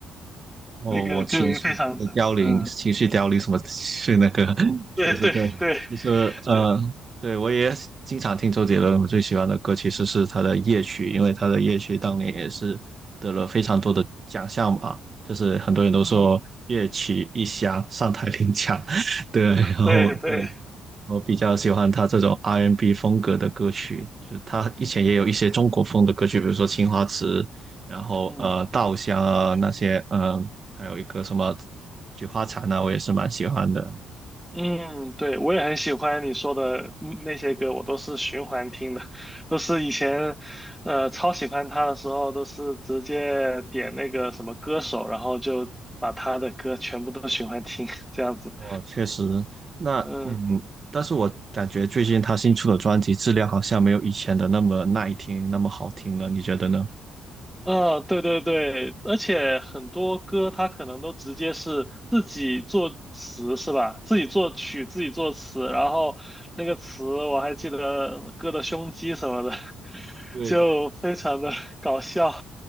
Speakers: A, in the centre; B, on the right.
A: <laughs>
B: 哦，
A: 那个歌名非常神奇。
B: 我情绪的凋零，
A: 嗯，
B: 情绪凋零什么是那个，<laughs>
A: 对对对
B: 对对对，其实呃，
A: 对，
B: 对我也经常听周杰伦，我最喜欢的歌其实是他的《夜曲》，因为他的《夜曲》当年也是得了非常多的奖项吧，就是很多人都说《夜曲》一响上台领奖，
A: 嗯，
B: <laughs> 对，然后对
A: 对对。
B: 我比较喜欢他这种 R&B n 风格的歌曲，就他以前也有一些中国风的歌曲，比如说《青花瓷》，然后呃《稻香》啊那些，
A: 嗯
B: 嗯，还有一个什么《菊花残》啊，我也是蛮喜欢的。
A: 嗯，对，我也很喜欢你说的嗯那些歌，我都是循环听的，都是以前呃超喜欢他的时候，都是直接点那个什么歌手，然后就把他的歌全部都循环听，这样子。
B: 我确实，那嗯，
A: 嗯。
B: 但是我感觉最近他新出的专辑质量好像没有以前的那么耐听，那么好听了，你觉得呢？
A: 嗯，对对对，而且很多歌它可能都直接是自己作词是吧？自己作曲，自己作词，然后那个词我还记得呃歌的胸肌什么的，<laughs>
B: 对对
A: 就非常的搞笑。